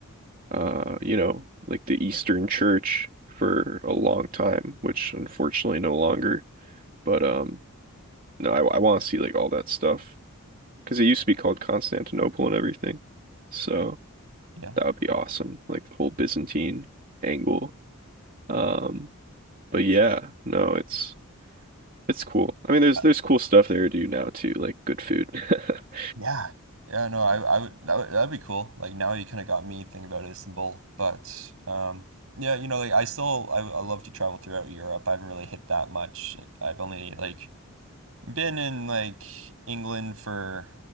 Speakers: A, on the right; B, on the right.
A: uh you know, like the Eastern Church for a long time, which unfortunately no longer. But um no, I I want to see like all that stuff because it used to be called Constantinople and everything. So
B: Yeah. Yeah.
A: that would be awesome, like the whole Byzantine angle. Um but yeah, no, it's it's cool. I mean, there's
B: Uh,
A: there's cool stuff there to do now too, like good food. <laughs>
B: Yeah. Yeah. No, I I would that would that'd be cool. Like now you kind of got me thinking about Istanbul, but um yeah, you know, like I still I, I love to travel throughout Europe. I haven't really hit that much. I've only like Been in like England for